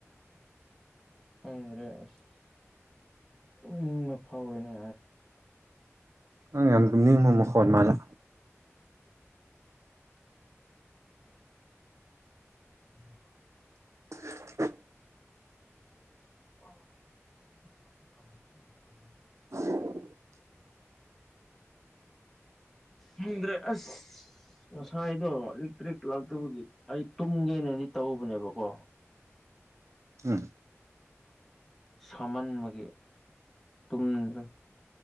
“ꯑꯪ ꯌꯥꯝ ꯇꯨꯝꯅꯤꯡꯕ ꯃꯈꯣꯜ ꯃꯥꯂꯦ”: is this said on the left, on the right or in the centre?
Right